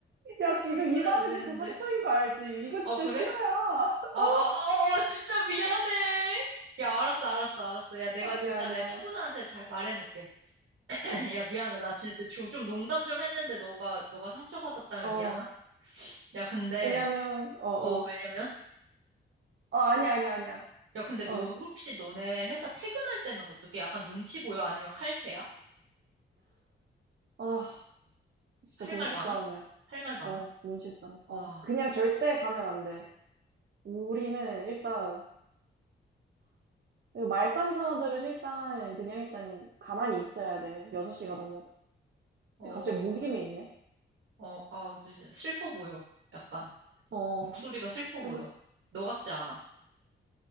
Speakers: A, on the right; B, on the right.
A: 야, 지금
B: 안
A: 이
B: 그래도
A: 받은
B: 되는데?
A: 게 더 상처인 거 알지? 이거
B: 아,
A: 진짜
B: 그래?
A: 싫어요. <laughs>
B: 아,
A: 어,
B: 아, 아, 아, 진짜 미안해. 야, 알았어, 알았어, 알았어. 야, 내가
A: 아니야,
B: 진짜
A: 아니야.
B: 내 친구들한테 잘 말해놓을게. <clears throat> 야, 미안해. 나 진짜 좀, 좀 농담 좀 했는데 너가, 너가 상처받았다면
A: 어,
B: 미안하다. 야, 근데,
A: 왜냐면, 어, 어.
B: 어, 왜냐면,
A: 어, 아니야, 아니야, 아니야.
B: 야, 근데 너
A: 어.
B: 혹시 너네 회사 퇴근할 때는 어떻게? 약간 눈치 보여? 아니면 칼퇴야?
A: 아, 진짜
B: 할
A: 눈치
B: 말 많아?
A: 싸움이야.
B: 할 말 많아?
A: 어, 눈치 싸움.
B: 와,
A: 어. 그냥 절대 가면 안 돼. 우리는 일단, 이거 말단 사원들은 일단, 그냥 일단 가만히 있어야 돼. 6시가 넘어도.
B: 어,
A: 갑자기 목이 메이네.
B: 어, 아, 진짜 슬퍼 보여. 약간
A: 어.
B: 목소리가 슬퍼
A: 그래서
B: 보여. 너 같지 않아.